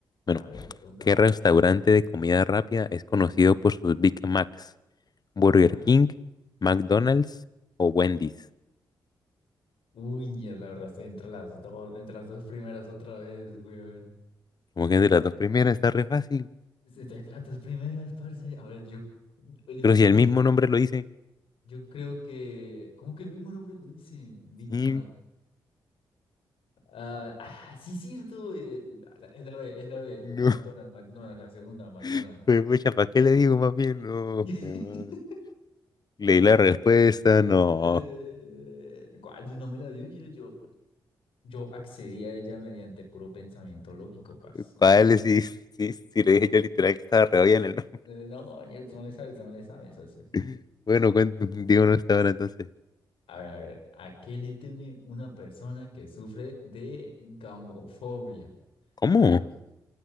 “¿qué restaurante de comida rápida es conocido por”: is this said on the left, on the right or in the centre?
Left